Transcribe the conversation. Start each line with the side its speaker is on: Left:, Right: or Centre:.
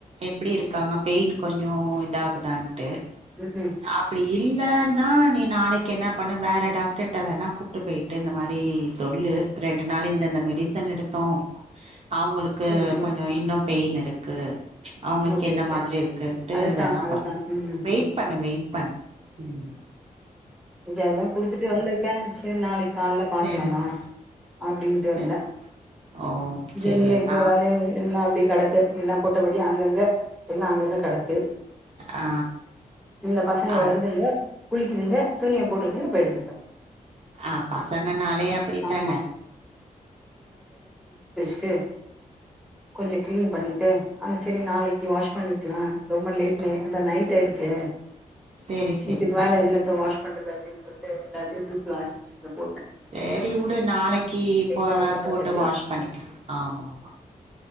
Right: எப்டி இருக்காங்க பெயின் கொஞ்சோ இதாகதான்ட்டு
Centre: உம் ஹம்
Right: அப்டி இல்லேனா நீ நாளைக்கு என்ன பண்ண வேற டாக்டர்ட்ட வேணா கூப்ட்டு போயிட்டு இந்த மாரி சொல்லு ரெண்டு நாள் இந்தந்த மீ டிசன் எடுத்தோம் அவுங்களுக்கு
Centre: ம் ம்
Right: கொஞ்சோ இன்னும் பெயின் இருக்கு அவுங்களுக்கு
Centre: ஓகே
Right: என்ன
Centre: ஓகே
Right: மாதிரி இருக்குன்ட்டு
Centre: அதுதா
Right: வேணா
Centre: அதுதா
Right: பா
Centre: ம்
Right: வெயிட் பண்ணு வெயிட் பண் உம்
Centre: இது அதா குடுத்துட்டு வந்துருக்கே சேரி நாளைக்கு கால்ல பாக்கலாமா
Right: சேரி சே
Centre: அப்டின்ட்டு வந்தே
Right: சே ஓ சேரி
Centre: எங்க
Right: ஏன்னா
Centre: வேல எல்லா அப்டியே கெடக் எல்லா போட்டபடி அங்கங்க எல்லா அங்கங்க கெடக்கு
Right: ஆ
Centre: இந்த பசங்க
Right: ஆ
Centre: வருதுங்க குளிக்குதுங்க துணிய போட்டுறதுன் போயிடுதுங்க
Right: ஆ பசங்க நாலே அப்டித்தான
Centre: ஆமா து கொஞ்ச கிளீன் பண்ணிட்டு ஆனா சேரி நாளைக்கு வாஷ் பண்ணிக்கலா ரொம்ப லேட் நைட்
Right: ஓ
Centre: அந்த நைட் இருட்டே ஆயிடுச்சு
Right: சேரி சேரி
Centre: இதுக்கு
Right: சேரி
Centre: மேல என்னத்த வாஷ் பண்றது அப்டின் சொல்ட்டு எல்லாத்தையு தூக்கி வாஷிங் மிசின்ல போட்
Right: சேரி உடு நாளைக்கு போ
Centre: காலைல பாத்துக்கலா
Right: போட்டு வாஷ்
Centre: ம்
Right: பண்ணிக்கலா ஆமா ஆமா